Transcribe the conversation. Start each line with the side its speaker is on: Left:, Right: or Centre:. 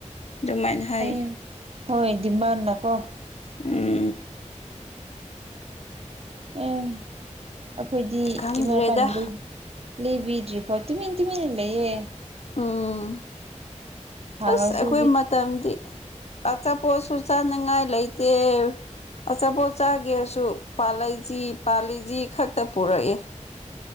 Left: ꯑꯗꯨꯃꯥꯏꯅ ꯍꯥꯏ
Right: ꯑꯦ ꯍꯣꯏ ꯗꯤꯃꯥꯟꯅ ꯀꯣ꯫
Left: ꯎꯝ꯫
Right: ꯑꯦ ꯑꯩꯈꯣꯏꯗꯤ
Left: ꯈꯪꯗ꯭ꯔꯦꯗ
Right: ꯏꯃꯥꯄꯥꯥꯟ ꯂꯩ ꯂꯩꯕꯤꯗ꯭ꯔꯤ ꯐꯣ ꯇꯨꯃꯤꯦꯟ ꯇꯨꯃꯤꯟꯅ ꯂꯩꯌꯦ꯫
Left: ꯎꯝ
Right: ꯍꯥꯡꯉꯁꯨ
Left: ꯑꯁ ꯑꯩꯈꯣꯏ ꯃꯇꯝꯗꯤ꯫ ꯑꯆꯥ ꯄꯣꯁꯨ ꯆꯥꯅꯤꯉꯥꯏ ꯂꯩꯇꯦ꯫ ꯑꯆꯥꯄꯣꯠ ꯆꯥꯒꯦꯔꯁꯨ ꯄꯥꯜꯂꯤ ꯖꯤ ꯄꯥꯜꯂꯤ ꯖꯤ ꯈꯛꯇ ꯄꯨꯔꯛꯑꯦ꯫